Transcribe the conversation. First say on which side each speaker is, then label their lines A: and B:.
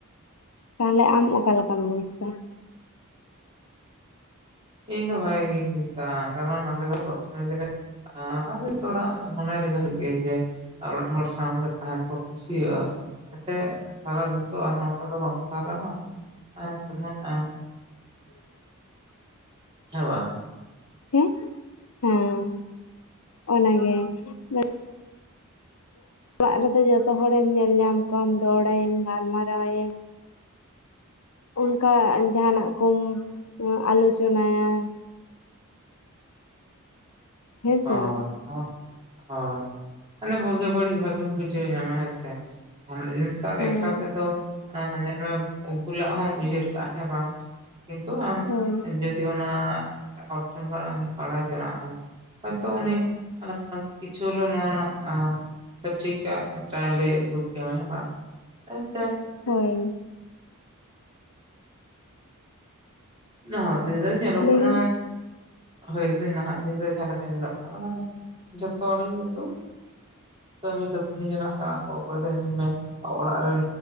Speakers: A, on the left; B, on the right.
A: ᱛᱟᱦᱞᱮ ᱟᱢ ᱚᱠᱟ ᱞᱮᱠᱟᱢ ᱵᱩᱡᱽ ᱠᱮᱭᱟ?
B: ᱤᱧ ᱫᱚ ᱵᱷᱟᱜᱮ ᱜᱤᱧ ᱵᱤᱡᱽᱫᱟ ᱠᱟᱨᱚᱱ ᱟᱞᱮ ᱫᱚ ᱥᱚᱵ ᱥᱚᱢᱚᱭ ᱜᱮᱞᱮ ᱦᱨᱸ, ᱡᱷᱚᱛᱚ ᱦᱚᱲᱟᱜ ᱢᱚᱱᱮ ᱨᱮᱜᱮ ᱦᱩᱭᱩᱜ ᱜᱮᱭᱟ ᱡᱮ <unintelligible> ᱦᱚᱲ ᱥᱟᱶᱜᱮ ᱛᱟᱦᱮᱸ ᱠᱚ ᱠᱩᱥᱤᱭᱟᱜ-ᱟ᱾ ᱮᱱᱛᱮᱜ ᱥᱟᱨᱟᱫᱤᱱ ᱛᱚ ᱟᱨ ᱱᱚᱝᱠᱟ ᱫᱚ ᱵᱟᱝ ᱛᱟᱦᱮᱸ ᱜᱟᱱᱚᱜ-ᱟ ᱮᱸᱜᱡᱮᱢᱚᱱ ᱮᱸ᱾
A: <inaudible>
B: ᱦᱮᱸ ᱵᱟᱝ?
A: ᱪᱮᱫ ᱦᱮᱸ ᱚᱱᱟᱜᱮ᱾ <inaudible> ᱚᱜ-ᱚᱲᱟᱜ ᱨᱮᱫᱚ ᱡᱚᱛᱚ ᱦᱚᱲᱮᱢ ᱧᱮᱞᱧᱟᱢ ᱠᱚᱣᱟᱢ ᱨᱚᱲᱟᱭᱟᱢ ᱜᱟᱞᱢᱟᱨᱟᱣ ᱟᱭᱮᱢ᱾ ᱚᱝᱠᱟ ᱡᱟᱸᱦᱟᱱᱟᱜ ᱠᱚᱢ ᱟᱞᱳᱪᱚᱱᱟᱭᱟ᱾ ᱦᱮᱸ
B: ᱦᱳᱭ᱾
A: ᱥᱮ ᱵᱟᱝ
B: ᱦᱳᱭ, ᱢᱟᱱᱮ ᱵᱩᱜᱤ ᱵᱟᱹᱲᱤᱡ ᱵᱷᱟᱜᱤᱢ ᱵᱩᱡᱷᱟᱹᱣ ᱧᱟᱢᱟ ᱦᱮᱸ ᱥᱮ᱾ ᱡᱟᱸᱦᱟᱱᱟᱜ ᱡᱤᱱᱤᱥ ᱫᱚ ᱟᱨ
A: ᱦᱮᱸ
B: ᱮᱠᱞᱟ ᱛᱮᱫᱚ ᱧᱮᱞᱢᱮ ᱵᱷᱩᱞᱟᱜ ᱦᱚᱢ ᱩᱭᱦᱟᱹᱨ ᱠᱟᱜ-ᱟ ᱦᱮᱸ ᱵᱟᱝ? ᱠᱤᱱᱛᱩ ᱟᱢ
A: ᱦᱳᱭ
B: ᱡᱩᱫᱤ ᱚᱱᱟ ᱦᱚᱲ ᱴᱷᱮᱱ ᱠᱷᱚᱱᱟᱜ-ᱮᱢ ᱵᱟᱲᱟᱭ ᱡᱚᱱᱟᱜ-ᱟ᱾ ᱦᱚᱭᱛᱚ ᱩᱱᱤ ᱚᱱᱟ ᱠᱤᱪᱷᱩ ᱨᱮᱦᱚᱸ ᱱᱚᱣᱟ ᱨᱮᱱᱟᱜ ᱥᱚᱴᱷᱤᱠᱟᱜ ᱢᱤᱫᱴᱟᱝ ᱞᱟᱹᱭ ᱩᱰᱩᱠ ᱟᱢᱟᱭ ᱦᱮᱸ ᱵᱟᱝ, ᱮᱱᱛᱮᱫ
A: ᱦᱳᱭ
B: ᱱᱟᱦᱟᱜ ᱫᱤᱱ ᱫᱚ ᱧᱮᱞᱚᱜ
A: ᱞᱟᱹᱭ
B: ᱠᱟᱱᱟ,
A: ᱢᱮ
B: ᱦᱩᱭ ᱞᱟᱹᱭᱫᱤᱧ ᱱᱟᱦᱟᱜ ᱫᱤᱱ ᱫᱚ ᱡᱟᱦᱟ ᱞᱮᱠᱟ ᱧᱮᱞᱚᱜ ᱠᱟᱱᱟ᱾ ᱢᱟᱱᱮ ᱡᱚᱛᱚ ᱦᱚᱲᱜᱮ ᱠᱤᱱᱛᱩ ᱠᱟᱹᱢᱤ ᱠᱟᱹᱥᱱ ᱡᱚᱱᱟ ᱠᱟᱱᱟ ᱠᱚ ᱚᱠᱚᱭ ᱫᱚ ᱧᱮᱞᱢᱮ ᱚᱲᱟᱜ ᱨᱮᱱ